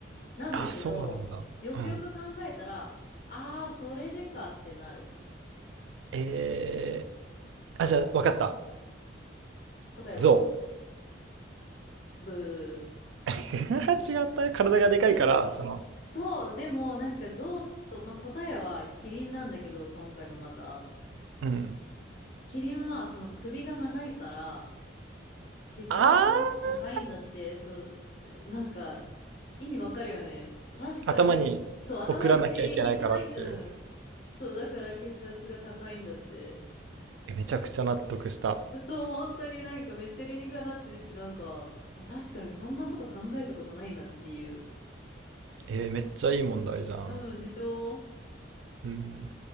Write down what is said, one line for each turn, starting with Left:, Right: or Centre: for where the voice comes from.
Left: なんだけど、
Right: あ、そうなんだ。
Left: よくよく考えたら、
Right: うん。
Left: ああ、それでかってなる。
Right: えー、あ、じゃあ、わかった。
Left: 答えは
Right: 象。
Left: ブー。
Right: <laughs> 違った。体がでかいから、
Left: いや、
Right: その、
Left: そう、でもなんか象と、まあ、答えはキリンなんだけど、今回もまた。
Right: うん。
Left: キリンはその首が長いから、血圧が高いんだって、
Right: あー
Left: そう、すなんか、意味わかるよね。確かに、
Right: 頭に送らなきゃいけないからっていう。
Left: そう、頭に血いかない、うん。そう、だから血圧が高いんだって。
Right: えめちゃくちゃ納得した。
Left: そう、本当になんかめっちゃ理にかなってるし、なんか、あ、確かにそんなこと考えたことないなっていう。
Right: えーめっちゃいい問題じゃん。
Left: うん、でしょ
Right: うん。